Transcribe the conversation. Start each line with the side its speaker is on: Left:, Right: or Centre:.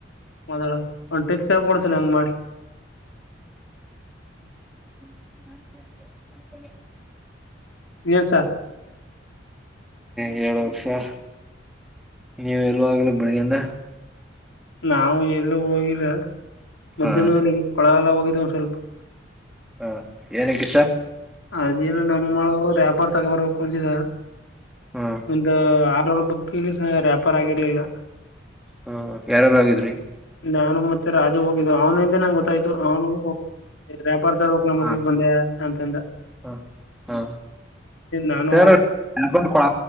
Left: ಮೊದಲ ಒ ಟಕ್ಸ್ ಕೊಡ್ತೇನೆ ಹೆಂಗ್ ಮಾಡಿ <unintelligible>
Centre: ಹ್ಮ <inaudible> ಹ್ಮ
Left: ಏನ್ ಸರ್
Centre: ಹೇಳ ಅ <unintelligible> ನೀವು ಎಲ್ಗ <unintelligible> ಚ <unintelligible> ಬಳಗಿಂದ <inaudible>
Left: ನಾವು ಎಲ್ಲ ಹೋಗರ <unintelligible> ಮಧ್ಯಾಹ್ನೇದಲ್ಲಿ
Centre: ಹ
Left: ಇ ಕೊಳ ಎಲ್ಲ ಹೋಗಿದ ಕಲ್ಬ <inaudible>
Centre: ಹಾ ನಕ್ಕೆ ಸರ್ <unintelligible>
Left: ಅದೇನು ನಮ್ಮಳ ರ <unintelligible> ಬರ್ ತಗ ಬರ್ಬೇಕು ಮುಂಜಿದ
Centre: ಹಾ
Left: ಒಂದು ಆರಳ್ ಬುಕ್ <unintelligible> ಗ ವ್ಯಾಪಾರ ಆಗಿರ್ಲಿಲ್ಲ
Centre: ಹ ಯಾರಾರು ಆಗಿದ್ರಿ
Left: ನಾನು ಮತ್ತೆ ರಾಜು ಹೋಗಿದ್ದ ಅವನ ಹಿಂದೆ ನಂಗೆ ಗೊತ್ತಾಯ್ತು ಅವನು ರ್ಯಾಪರ್ ತರಬೇಕಕ್ ನಮ್ಮ
Centre: ಹಾ
Left: ಹುಡ್ಗಿಗ್ ಬಂದೆ ಅಂತಂದ
Centre: ಹ ಹಾ
Left: ನಾನು
Centre: ಸರಿಳಲ್ಡು